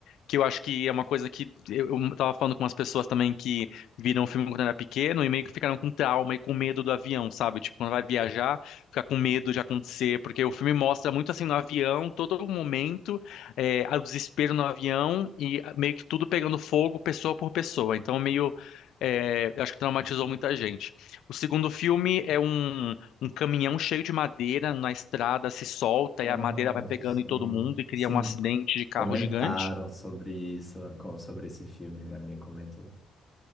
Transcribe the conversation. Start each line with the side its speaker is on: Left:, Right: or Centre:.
Left: que eu acho que é uma coisa que eu, eu tava falando com umas pessoas também que viram o filme quando era pequeno e meio que ficaram com trauma e com medo do avião, sabe? Tipo, quando vai viajar, ficar com medo de acontecer, porque o filme mostra muito assim no avião, todo momento, é, o desespero no avião e ah, meio que tudo pegando fogo, pessoa por pessoa. Então, meio. é, acho que traumatizou muita gente. O segundo filme é um, um caminhão cheio de madeira na estrada se solta
Centre: Nossa,
Left: e a madeira vai pegando
Centre: sim.
Left: em todo mundo e cria
Centre: Sim,
Left: um acidente de carro
Centre: comentaram
Left: gigante.
Centre: sobre isso, co- sobre esse filme, minha amiga comentou.